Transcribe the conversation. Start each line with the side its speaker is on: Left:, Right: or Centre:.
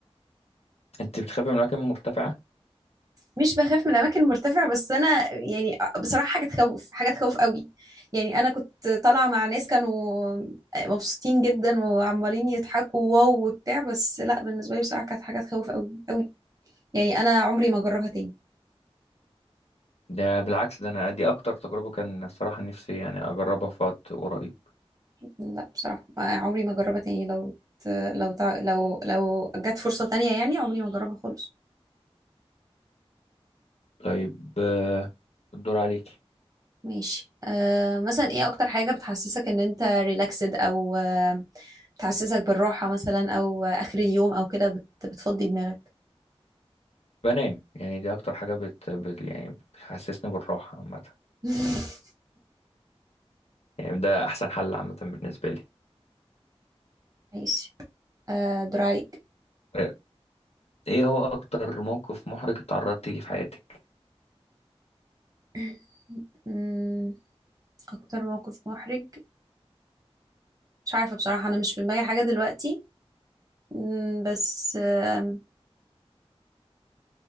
Left: انت بتخافي من الأماكن المرتفعة
Right: مش بخاف من الاماكن المرتفعه بس انا يعني بصراحه حاجه تخوف حاجه تخوف قوي يعني انا كنت طالعه مع ناس كانوا مبسوطين جدا وعمالين يضحكوا واو وبتاع بس لا بالنسبه لي بصراحه كانت حاجه تخوف قوي قوي يعني انا عمري ما اجربها تاني
Left: ده بالعكس ده أنا دي أكتر تجربة كان الصراحة نفسي يعني أجربها في وقت قريب
Right: لا بصراحه عمري ما اجربها تاني لو ت- لو تع... لو لو جت فرصه تانية يعني عمري ما اجربها خالص
Left: طيب آه، الدور عليكي
Right: ماشي آه مثلا ايه اكتر حاجة بتحسسك ان انت ريلاكسد او آه بتحسسك بالراحة مثلا او آه اخر اليوم او كده بت بتفضي دماغك
Left: بنام يعني دي أكتر حاجة بت... بت... يعني بتحسسني بالراحة عامة
Right: <laughs>
Left: يعني ده أحسن حل عامة بالنسبة لي
Right: ماشي آه دور عليك
Left: آه، إيه هو أكتر موقف محرج اتعرضتي ليه في حياتك؟
Right: <laughs> مم، اكتر موقف محرج مش عارفة بصراحة انا مش في دماغي حاجة دلوقتي مم، بس آه،